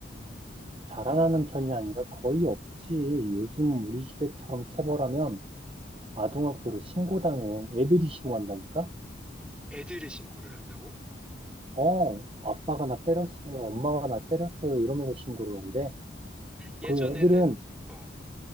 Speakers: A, on the right; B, in the centre.
A: 자라나는 편이 아니라 거의 없지. 요즘 우리 시대처럼 체벌하면 아동학대로 신고당해. 애들이 신고한다니까?
B: 애들을 신고를 한다고?
A: 어, 아빠가 나 때렸어요. 엄마가 나 때렸어요. 이러면서 신고를 한대.
B: 예전에는
A: 그 애들은
B: 어,